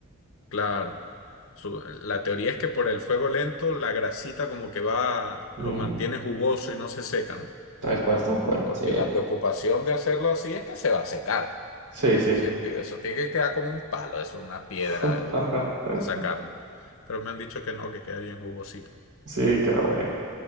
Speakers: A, on the left; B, on the right.
A: claro. Su- la teoría es que por el fuego lento la grasita como que va,
B: Mm,
A: lo mantiene jugoso y no se seca, ¿no?
B: tal cual, tal cual.
A: Porque
B: Sí,
A: la preocupación de hacerlo así es que se va a secar.
B: sí,
A: Yo
B: sí.
A: siempre digo, eso tiene que quedar como un palo, es una piedra
B: <laughs>
A: esa carne. Pero me han dicho que no, que queda bien jugosito.
B: Sí, qué bueno.